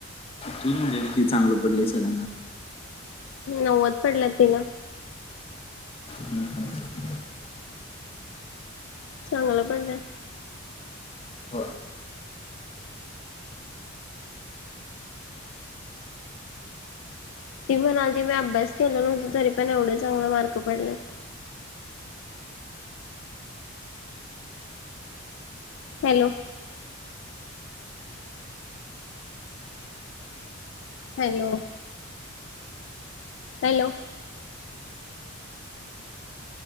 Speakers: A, on the left; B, on the left.
A: तूच म्हंटलेलंस की चांगलं पडलंय सगळ्यांना.
B: नव्वद पडल्यात तिला.
A: हम्म हम्म.
B: चांगलं पडल्यात.
A: हो
B: ती म्हणालती मी अभ्यास केलो नवतो, तरी पण एवढे चांगले मार्क पडलेत. Hello. Hello hello.